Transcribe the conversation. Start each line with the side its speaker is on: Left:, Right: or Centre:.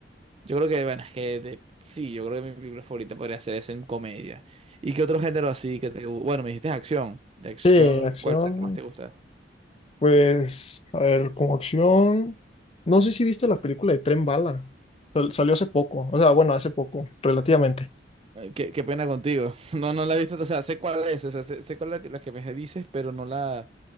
Right: yo creo que, bueno, es que de- sí, yo creo que mi película favorita podría ser esa en comedia. ¿Y qué otro género así que te gu- Bueno, me dijiste acción. ¿De acción
Left: sí, acción,
Right: cuál es la que más te gusta?
Left: pues, a ver, como acción, no sé si viste la película de Tren Bala, Sal- salió hace poco, o sea, bueno, hace poco, relativamente,
Right: Ay, Qué, qué pena contigo. <laughs> No, no la he visto, o sea, sé cuál es, o sea, sé, sé cuál es la que me dices, pero no la,